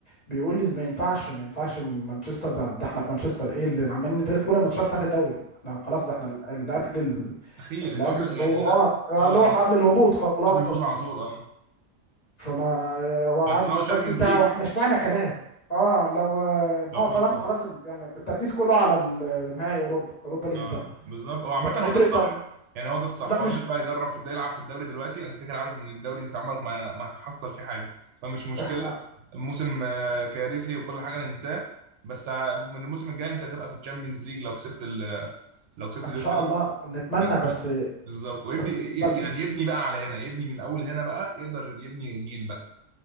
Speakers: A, on the left (about 35°); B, on the right (about 70°).
A: بيقول لي ما ينفعش ما ينفعش ان مانشستر ده, ده احنا في مانشستر ايه اللي عمالين ندير كل الماتشات بتاعت الدوري احنا خلاص ده احنا اللي قبل ال-
B: اخير
A: اللي
B: انتوا
A: قبل
B: قبل
A: الهبوط
B: يعني
A: اه آه،
B: اه
A: اللي هو
B: يعني
A: قبل الهبوط خلاص
B: قبل الهبوط على
A: يعني
B: طول اه
A: فما هو عادي
B: وهتطلعوا تشامبيونز
A: بس انت
B: ليج
A: هو احنا اشمعنى كلام اه لو آه،
B: لو
A: هو
B: فزتوا
A: فضح خلاص ال- يعني التركيز كله على ال- نهائي اوروبا اوروبا ليج
B: اه
A: ده
B: بالظبط هو عامة
A: طب
B: هو
A: افرض
B: ده الصح
A: طب
B: يعني هو ده الصح
A: لا مش
B: هو اللي بقى يجرب في الدوري يلعب في الدوري دلوقتي انت كده كده عارف ان الدوري انت عمرك ما ما هتحصل فيه حاجة فمش مشكلة
A: احنا
B: الموسم آه، كارثي وكل حاجة ننساه بس آه، من الموسم الجاي انت هتبقى في الشامبيونز ليج لو كسبت ال- لو كسبت
A: ان
B: اليوروبا
A: شاء
B: ليج
A: الله نتمنى
B: آه، إن
A: بس
B: شاء الله. بالظبط ويبدي
A: بس ب-
B: ي- يعني يبني بقى على هنا يبني من اول هنا بقى يقدر يبني جيل بقى